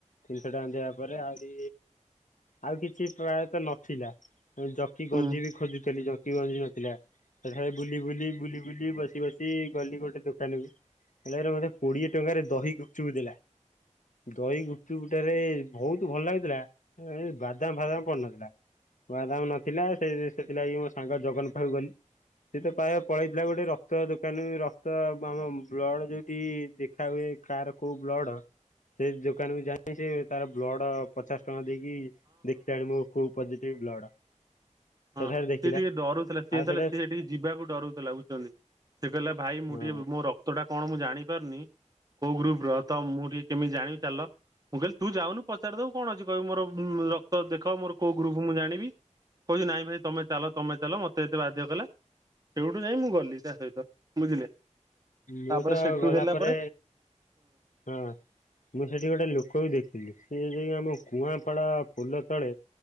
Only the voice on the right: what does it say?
ହଁ
ହଁ
ସିଏ
ଟିକେ ଡରୁଥିଲା ସିଏ
ଯେତେବେଳେ
ସିଏ ସେଠିକି ଯିବାକୁ ଡରୁଥିଲା ବୁଝୁଛନ୍ତି। ଦେଲା ଭାଇ ମୁଁ
ଟିକେ ମୋ ରକ୍ତଟା କଣ ମୁଁ ଜାଣିପାରୁନି। କୋଉ ଗ୍ରୁପ ର ତ ମୁଁ ଟିକେ କେମିତି ଜାଣିବି ଚାଲ। ମୁଁ କହିଲି ତୁ ଯାଉନୁ ପଚାରି ଦବୁ କଣ ଅଛି କହିବୁ ମୋର ରକ କ୍ତ ଦେଖ ମୋର କୋଉ ଗ୍ରୁପ ମୁଁ ଜାଣିବି କହୁଛି ନାଇଁ ଭାଇ ତମେ। ଚାଲ ତମେ ଚାଲ ମତେ ଏତେ ବାଧ୍ୟ କଲା ସେଇଠୁ ଯାଇ ମୁଁ ଗଲି ତା ସହିତ ବୁଝିଲେ।
ତାପରେ
ସେଠୁ
ହେଲା